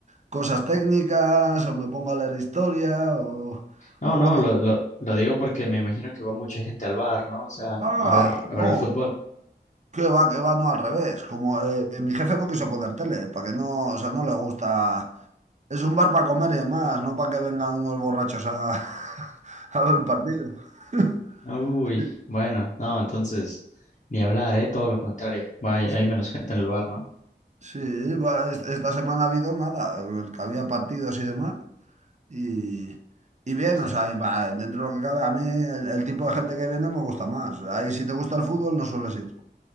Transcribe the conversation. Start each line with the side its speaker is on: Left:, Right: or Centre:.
Right: cosas técnicas, o me pongo a leer historia, o,
Left: No,
Right: o
Left: no,
Right: bueno.
Left: lo, lo, lo digo porque me imagino que va mucha gente al bar, ¿no? O sea,
Right: Ah,
Left: a ver, a ver
Right: no,
Left: el fútbol.
Right: que va, que va, no al revés. Como eh, mi jefe no quiso poner tele, para que no, o sea, no le gusta. Es un bar para comer y demás, no para que vengan unos borrachos a, <laughs> a ver un partido. <laughs>
Left: Uy,
Right: Sí,
Left: bueno, no, entonces, ni hablar, ¿eh? Todo lo contrario. Vaya,
Right: sí.
Left: hay menos gente en el bar, ¿no?
Right: Sí, va, es- esta semana ha habido nada, el que había partidos y demás. Y, y bien,
Left: Sí.
Right: o sea, y va, dentro de lo que cabe, a mí el, el tipo de gente que viene me gusta más. Ahí si te gusta el fútbol no sueles ir.